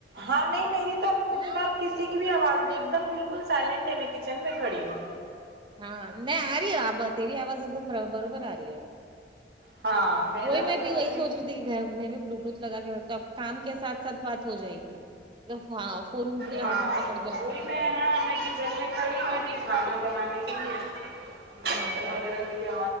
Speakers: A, on the right (about 60°); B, on the right (about 25°).
A: ہاں نہیں میری تو ابھی
B: نا
A: فلحال کسی کی بھی آواز نہیں ایک دم بالکل سائلنٹ ہے میں کچن میں کھڈی ہوں
B: ہاں نہیں آ رہی ہے آبا تیرے آواز ایک دم برابر آ رہی ہے
A: ہاں میرا
B: وہی
A: مطلب
B: میں بھی یہی
A: ابھی
B: سوچ رہی گھر میں بھی بلوٹوتھ لگا کے رہے تو کام کے ساتھ ساتھ بات ہو جائے گی تو فا فون پھر
A: ہاں
B: ہاتھ میں پکڑ کے
A: وہی
B: رکھنا پڑتا
A: میں
B: ہے
A: ہاں
B: پھر
A: میں کچن میں کھڑی میں بھی کھانا بنانے کے لیے
B: ہاں
A: وغیرہ کے لیے